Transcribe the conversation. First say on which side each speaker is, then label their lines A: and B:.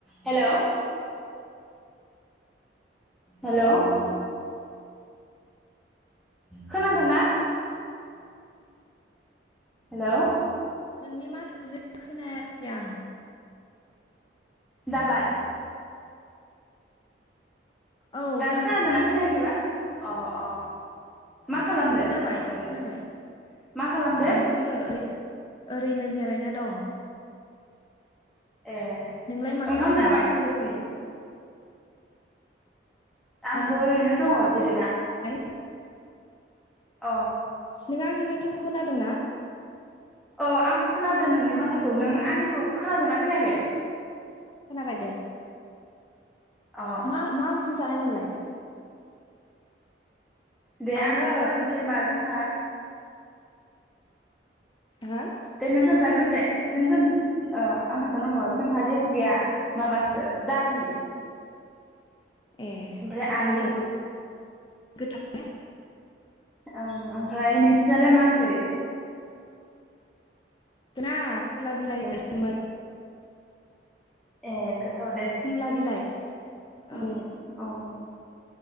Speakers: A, in the centre; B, on the left.
A: हेल' hello. खोनादोंना hello
B: नोंनि माथोखौ जे खोनायाखै आं।
A: दालाय?
B: औ
A: दा
B: खोनाबाय
A: खोनादोंना खोनायाखैबा? अ अ। मा खालामदो
B: खोनाबाय
A: आब'लाय
B: खोनाबाय
A: मा खालामदो
B: आरो ओरै ओरैनो जिरायना दं।
A: ए
B: नोंलाय मा खालामदों
A: ओंखाम जाबाय सानजौफुनि? आंबो
B: ओ
A: ओरैनो दङ जिरायना।
B: <inaudible>
A: अ
B: नों आंशिक मा- थोखौ खोनादों ना?
A: औ आंबो खोनादों नोंनि माथोखौ। नों आंनिखौ खोनादोंना? खोनायाखै?
B: खोनाबाय दे।
A: अ
B: मा मा ओंख्रि जानाय नोंलाय?
A: दे
B: आङो
A: आं खोथागोरोननोसै होमबा जोंहा
B: हो
A: दे नों खोन्थाग्रो दे नों अ आं नांगौ जोंहा जेबो गैया माबासो दालि।
B: ए
A: ओमफ्राय आलु
B: दालियाबो गोथावना?
A: ओं ओमफ्राय नोंसिनालाय मा ओंख्रै?
B: जोंना मुला बिलाइ एवनायसोमोन।
A: ए गोथाव दे।
B: मुला बिलाइ
A: उम
B: औ
A: औ उम